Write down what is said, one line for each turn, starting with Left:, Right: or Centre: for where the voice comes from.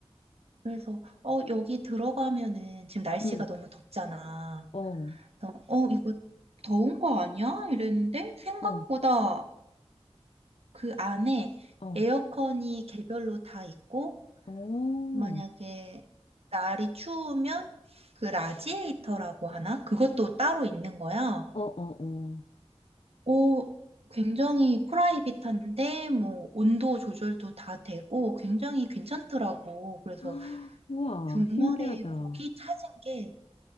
Right: 그래서, 어, 여기 들어가면은 지금 날씨가
Left: 응,
Right: 너무 덥잖아.
Left: 어.
Right: 그래서, 어, 이거 더운 거 아니야? 이랬는데 생각보다
Left: 어,
Right: 그 안에
Left: 어,
Right: 에어컨이 개별로 다 있고
Left: 어,
Right: 만약에 날이 추우면 그 라지에이터라고 하나? 그것도 따로 있는 거야.
Left: 어, 어, 어.
Right: 오, 굉장히 프라이빗한데 뭐 온도 조절도 다 되고 굉장히 괜찮더라고. 그래서
Left: <gasps> 우와,
Right: 주말에
Left: 신기하다. 어,
Right: 거기 찾은 게